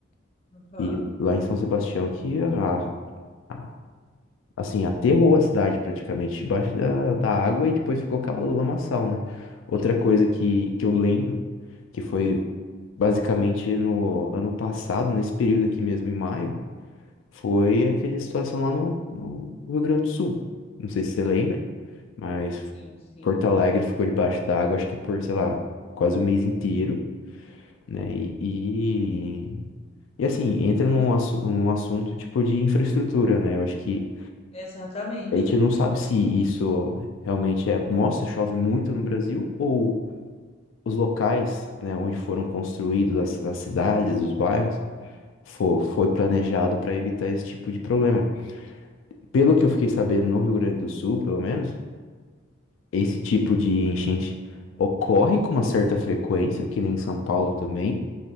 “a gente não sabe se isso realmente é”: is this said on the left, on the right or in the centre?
Left